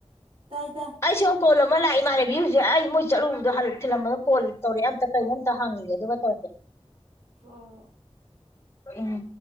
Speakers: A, on the right (about 60°); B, on the left (about 25°).
A: ꯇꯥꯏ ꯇꯥꯏ
B: ꯑꯩ ꯁꯣꯝ ꯀꯣꯜ ꯑꯃ ꯂꯥꯛꯑꯦ ꯢꯃꯥꯅꯦꯕꯤ ꯍꯧꯖꯤꯛ ꯑꯩ ꯃꯣꯢ ꯆꯠꯂꯨꯕꯗꯣ ꯍꯜ ꯊꯤꯜꯂꯝꯃꯒ ꯀꯣꯜ ꯇꯧꯔꯛꯑꯦ ꯑꯝꯇ ꯀꯩꯅꯣ ꯑꯝꯇ ꯍꯪꯒꯤꯒꯦ ꯑꯗꯨꯒ ꯇꯧꯔꯛꯀꯦ
A: ꯑꯣ
B: ꯎꯝ